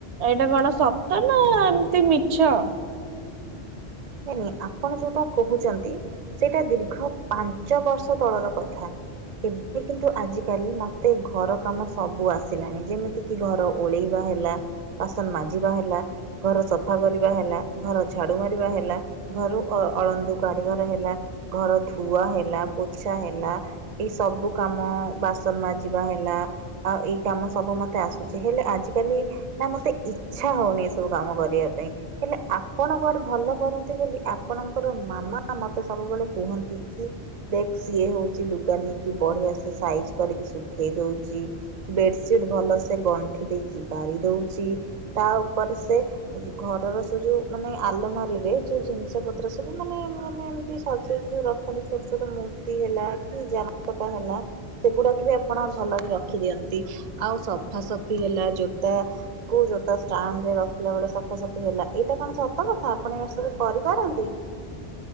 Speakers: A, on the right (about 80°); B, on the right (about 50°).
A: ଏଇଟା କଣ ସତ ନା ଏମିତି ମିଛ?
B: ନାଇ ନାଇଁ ଆପଣ ଯୋଉଟା କହୁଚନ୍ତି ସେଇଟା ଦୀର୍ଘ ପାଞ୍ଚ ବର୍ଷ ତଳର କଥା। ଏବେ କିନ୍ତୁ ଆଜିକାଲି ମତେ ଘର କାମ ସବୁ ଆସିଲାଣି ଯେମିତିକି କି ଘର ଓଳେଇବା ହେଲା ବାସନ ମା ଯିବା ହେଲା ଘର ସଫା କରିବା ହେଲା ଘର ଝାଡ଼ୁ ମାରିବା ହେଲା। ଘରୁ ଅ ଅଳନ୍ଦୁ କାଢିବାର ହେଲା ଘର ଧୁଆ ହେଲା ପୋଛା ହେଲା। ଏଇ ସବୁ କାମ ବାସନ ମାଜିବା ହେଲା ଆଉ ଏଇ କାମ ସବୁ ମତେ ଆସୁଚି ହେଲେ ଆଜି କାଲି ନା ମତେ ଇଚ୍ଛା ହଉନି ଏ ସବୁ କାମ କରିବା ପାଇଁ ହେଲେ ଆପଣ କୁଆଡେ ଭଲ କରନ୍ତ ନ୍ତୀ ବୋଲି ଆପଣଙ୍କର ମାମା ମତେ ସବୁବେଳେ କୁହନ୍ତି କି ଦେଖ ସିଏ ହଉଚି ଲୁଗା ନେଇକି ବଢିଆ ସେ ସାଇଜ୍ କରିକି ଶୁଖେଇ ଦଉଚି ବେଡସିଟ୍ ଭଲ ସେ ଗଣ୍ଠି ଦେଇକି ପାରି ଦଉଚି। ତା ଉପରେ ସେ ଘରର ସେ ଯୋଉ ମାନେ ଆଲମାରିରେ ଯ ଜିନିଷ ପତ୍ର ସବୁ ମାନେ ମାନେ ଏମିତି ସଜେଇକି ଯୋଉ ରଖନ୍ତି ଛୋଟ ଛୋଟ ମୂର୍ତ୍ତି ହେଲା କି ଯାହା କଟା ହେଲା ସେଗୁଡାକ ବି ଆପଣ ଭଲରେ ରଖି ଦିଅନ୍ତି ଆଉ ସଫା ସଫି ହେଲା ଜୋତା କୋଉ ଜୋତା ଷ୍ଟାଣ୍ଡ ରେ ରଖିଲା ବେଳେ ସଫାସଫି ହେଲା ଏଇଟା କଣ ସତ କଥା ଆପଣ କରିପାରନ୍ତି?